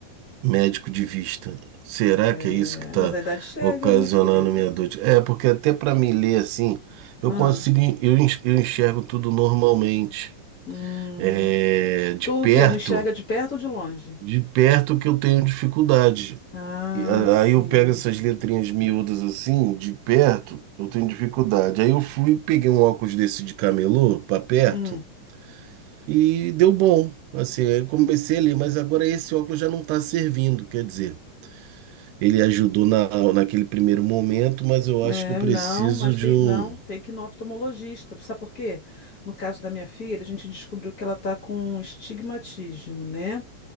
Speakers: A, on the right (about 80°); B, on the left (about 45°).
A: médico de vista. Será
B: É,
A: que é isso que está
B: mas a idade chega,
A: ocasionando
B: né, querida?
A: minha dor? de- É, porque até para me ler assim, eu
B: ah
A: consigo, en- eu enx- eu enxergo tudo normalmente.
B: Hum.
A: É, de
B: Tu
A: perto,
B: o quê? Não enxerga de perto ou de longe?
A: de perto que eu tenho dificuldade.
B: Ah,
A: E a-
B: sim.
A: Aí eu pego essas letrinhas miúdas assim, de perto, eu tenho dificuldade. Aí eu fui, peguei um óculos desse de camelô, para perto.
B: Hum.
A: E deu bom. Assim, eu comecei ali, mas agora esse óculos já não está servindo. Quer dizer, ele ajudou na, naquele primeiro momento, mas eu
B: É,
A: acho que eu preciso
B: não, mas
A: de
B: tem,
A: um.
B: não, tem que ir no oftalmologista. Sabe por quê? No caso da minha filha, a gente descobriu que ela está com um estigmatismo, né?